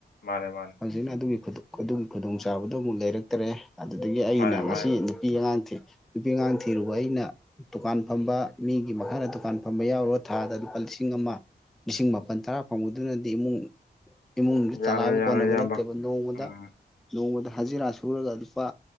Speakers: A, on the left; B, in the centre.
A: ꯃꯥꯅꯦ ꯃꯥꯅꯦ
B: ꯍꯧꯖꯤꯛꯅ ꯑꯗꯨꯒꯤ ꯑꯗꯨꯒꯤ ꯈꯨꯗꯣꯡꯆꯥꯥꯕꯗꯣ ꯑꯃꯨꯛ ꯂꯩꯔꯛꯇ꯭ꯔꯦ ꯑꯗꯨꯗꯒꯤ ꯑꯩꯅ
A: ꯃꯥꯅꯦ
B: ꯉꯁꯤ
A: ꯃꯥꯅꯦ
B: ꯅꯨꯄꯤ ꯑꯉꯥꯡ ꯅꯨꯄꯤ ꯑꯉꯥꯡ ꯊꯤꯔꯨꯕ ꯑꯩꯅ ꯗꯨꯀꯥꯟ ꯐꯝꯕ ꯃꯤꯒꯤ ꯃꯈꯥꯗ ꯗꯨꯀꯥꯟ ꯐꯝꯕ ꯌꯥꯎꯔꯨꯔꯥ ꯊꯥꯗ ꯂꯨꯄꯥ ꯂꯤꯁꯤꯡ ꯑꯃ ꯂꯤꯁꯤꯡ ꯃꯥꯄꯜ ꯇꯔꯥ ꯐꯪꯕꯗꯨꯅꯗꯤ ꯏꯃꯨꯡ ꯏꯃꯨꯡꯗꯨ
A: ꯌꯥꯔꯣꯏ
B: ꯆꯂꯥꯏꯕ
A: ꯌꯥꯔꯣꯏ
B: ꯀꯣꯟꯅꯕ
A: ꯏꯌꯥꯝꯕ
B: ꯅꯠꯇꯦ ꯅꯣꯡꯃꯗ
A: ꯎꯝ
B: ꯅꯣꯡꯃꯗ ꯍꯖꯤꯔꯥ ꯁꯨꯔꯒ ꯂꯨꯄꯥ